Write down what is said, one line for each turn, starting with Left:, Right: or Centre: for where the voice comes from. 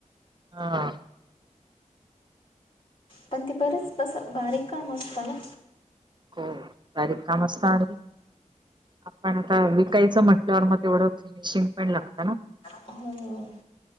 Right: हा
Left: पण ते बरंच कसं बारीक काम असतं ना.
Right: हो बारीक काम असत आणि आपण आता विकायचं म्हटल्यावर मग तेवढं फिनिशिंग पण लागतं ना.
Left: हम्म